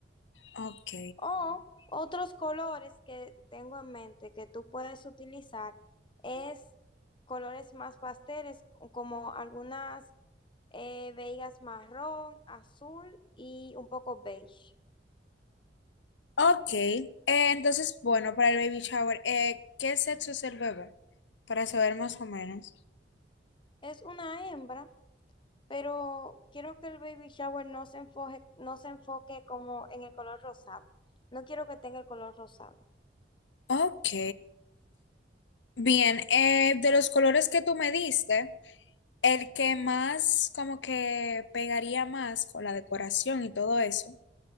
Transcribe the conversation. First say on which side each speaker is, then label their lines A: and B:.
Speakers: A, on the left (about 85°); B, on the left (about 30°).
A: Ok.
B: O otros colores que tengo en mente que tú puedes utilizar es colores más pasteles, como algunas eh, veigas marrón, azul y un poco beige.
A: Ok, eh, entonces, bueno, para el baby shower, eh, ¿qué sexo es el bebé? Para saber más o menos.
B: Es una hembra, pero quiero que el baby shower no se enfoque, no se enfoque como en el color rosado. No quiero que tenga el color rosado.
A: Ok, bien, eh, de los colores que tú me diste, el que más como que pegaría más con la decoración y todo eso